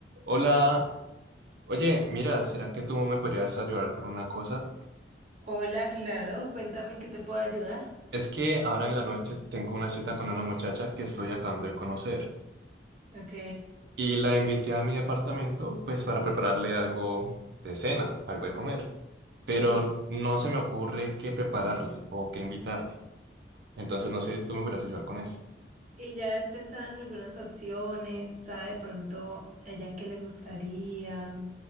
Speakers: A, on the right; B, on the right.
A: Hola, oye, mira, ¿será que tú me podrías ayudar con una cosa?
B: Hola, claro, cuéntame en qué te puedo ayudar.
A: Es que ahora en la noche tengo una cita con una muchacha que estoy acabando de conocer
B: Ok,
A: y la invité a mi departamento pues para prepararle algo de cena, algo de comer, pero
B: sí.
A: no se me ocurre qué prepararle o qué invitarle. Entonces no sé, ¿tú me podrías ayudar con eso?
B: Y ya has pensado en algunas opciones, sabe de pronto a ella qué le gustaría,